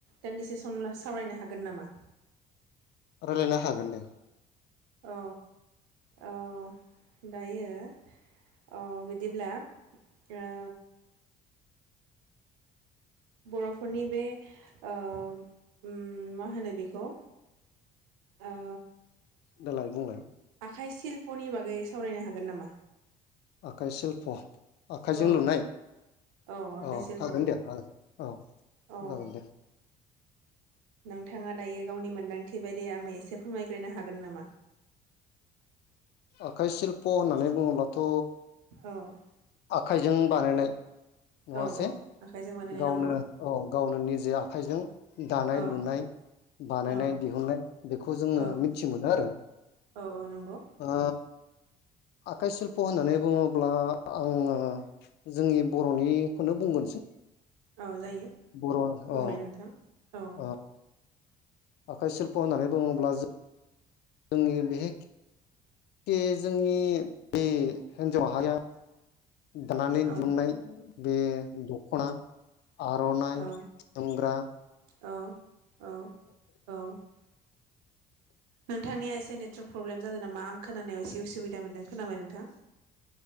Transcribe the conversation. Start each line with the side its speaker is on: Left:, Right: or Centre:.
Right: दान्दिसे सम सावरायनो हागोन नामा?
Left: रायलायनो हागोन दे।
Right: अ औ दायो औ बिदिब्ला ओ बर'फोरनि बे ओ उम मा होनो बेखौ ओ
Left: दालाय बुंलाय
Right: आखाइ सिल्पनि बागै सावरायनो हागोन नामा?
Left: आखाइ सिल्प' आखाइजों
Right: औ
Left: लुनाय
Right: औ आखाइ
Left: अ
Right: सिल्प'
Left: हागोन दे हागोन अ
Right: औ
Left: जागोन दे।
Right: नोंथाङा दायो गावनि मोनदांथि बायदि आंनो एसे फोरमायग्रोनो हागोन नामा?
Left: आखाइ सिल्प' होननानै बुङोब्लाथ'
Right: औ
Left: आखाइजों बानायनाय नङासे
Right: औ औ आखाइजों बानायनाय
Left: गावनो
Right: नंगौ
Left: औ गावनो निजा आखाइजों दानाय
Right: औ
Left: लुनाय बानायनाय
Right: औ
Left: दिहुननाय बेखौ जोङो
Right: औ
Left: मिथि मोनो आरो
Right: औ नंगौ
Left: ओ आखाइ सिल्प' होननानै बुङोब्ला आङो जोंनि बर'निखोनो बुंगोनसै
Right: औ जायो
Left: बर' अ
Right: बुंलाय नोंथां औ
Left: अ आखाइ शिल्प' होननानै बुङोब्ला जो जोंनि बेेक खे जोंनि बे हिन्जाव माहारिया दानानै
Right: औ
Left: दिहुननाय बे दख'ना आर'नाइ
Right: औ
Left: जोमग्रा
Right: औ औ औ नोंथांनिया एसे नेटवर्क प्रब्लेम जादों नामा आं खोनानायाव एसे उसुबिदा मोनदों खोनाबाय नोंथां?